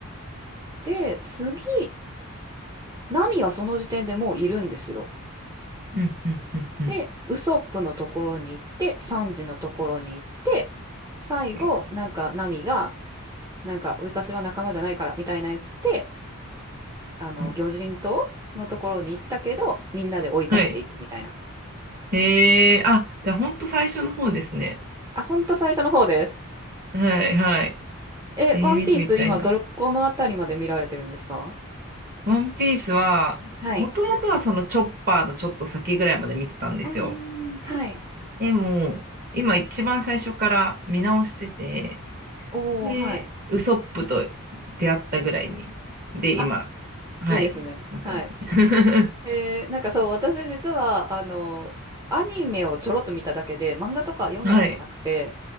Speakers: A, on the right; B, on the right.
A: で、次、ナミはその時点でもういるんですよ。
B: うん、うん、うん、うん。
A: で、ウソップのところに行って、サンジのところに行って、最後、
B: え
A: なんか、ナミが、なんか、私は仲間じゃないから、みたいな言って、あの、
B: うん
A: 魚人島のところに行ったけど、みんなで追いかけていくみたいな。
B: はい。ええあ、じゃあ、ほんと最初の方ですね。
A: あ、ほんと最初の方です。
B: はい、はい。
A: え、
B: えー見てみたいな。
A: ワンピース、今、どこのあたりまで見られてるんですか
B: ワンピースは、
A: はい。
B: もともとはそのチョッパーのちょっと先ぐらいまで見てたんですよ。
A: うーん、はい。
B: でも、今一番最初から見直してて、
A: おー、
B: で、
A: はい。
B: ウソップと出会ったぐらいに、で、
A: あ、
B: 今、はい、
A: いいですね。
B: なってますね。
A: はい。
B: <laughs>
A: えー、なんかそう、私実は、あの、アニメをちょろっと見ただけで、漫画とか読んだことなくて、
B: はい。